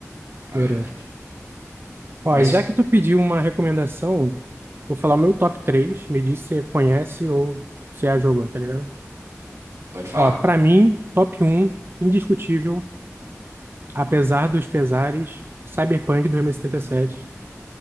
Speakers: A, on the right (about 75°); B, on the right (about 45°).
A: na
B: Verdade.
A: verdade.
B: Ó,
A: Mas
B: e já que tu pediu uma recomendação, vou falar o meu top três me diz se você conhece ou se já jogou, tá ligado?
A: pode falar.
B: Ó, pra mim, top um indiscutível, apesar dos pesares, Cyberpunk dois mil e e setenta e sete